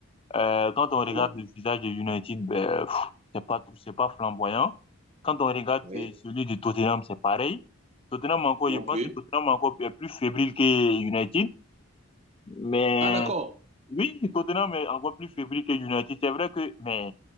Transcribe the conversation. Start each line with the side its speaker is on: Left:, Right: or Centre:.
Left: Euh, quand on
Right: Vraiment.
Left: regarde le visage de United, ben, pff, c'est pas tout, c'est pas flamboyant. Quand on regarde
Right: Oui.
Left: euh, celui de Tottenham, c'est pareil. Tottenham encore,
Right: Non
Left: je pense
Right: plus.
Left: que Tottenham encore est plus fébrile que United. Mais
Right: Ah, d'accord.
Left: oui, Tottenham est encore plus fébrile que United. C'est vrai que, mais